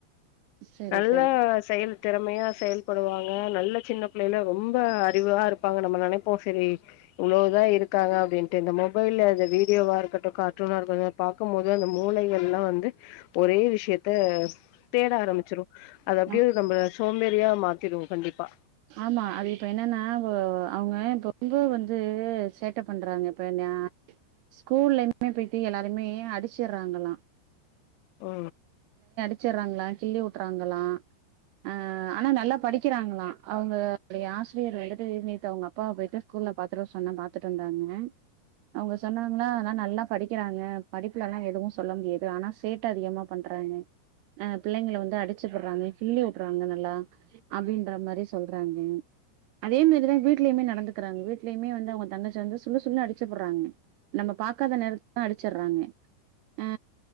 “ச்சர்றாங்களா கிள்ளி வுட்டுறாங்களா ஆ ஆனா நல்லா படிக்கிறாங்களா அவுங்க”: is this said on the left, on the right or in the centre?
Right